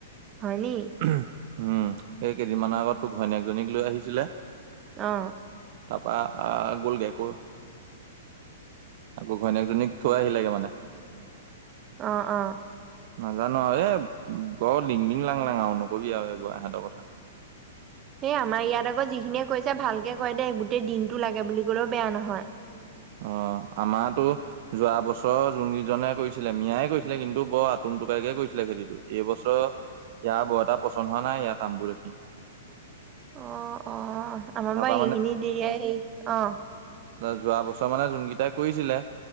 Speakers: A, on the right; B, on the right.
A: হয়নি
B: উম এই কেইদিনমানৰ আগত তোক ঘৈণীয়েকজনীক লৈ আহিছিলে
A: অ
B: তাপা গ'লগে আকৌৰ আকৌ ঘৈণীয়েকজনীক থৈ আহিলেগে মানে
A: অ অ
B: নাজানো আও এ গ লিং লিং- লাং লাং আঅ নকবি আৰৱ এই এহেতৰ কথা
A: এই আমাৰ ইয়াত আকৌ যিখিনিয়ে কৈছে ভালকে কয় দে গোটেই দিনটো লাগে বুলি ক'লেও বেয়া নহয়
B: অ আমাৰটো যোৱা বছৰ যোনকেইজনে কৰিছিলে মিয়াই কৰিছিলে কিন্তু বৰ আতুম টোকাৰিকে কৰিছিলে খেতিটো এইবছৰ ইয়াৰ বৰ এটা পচন্দ হোৱা নাই ইাৰ কাম বোৰ দেখি
A: অ অ আমাৰ
B: তাৰপা
A: বাৰ এইখিনি দেৰিয়াই স অ
B: ত যোৱা বছৰ মানে যোন কেইটাই কৰিছিলে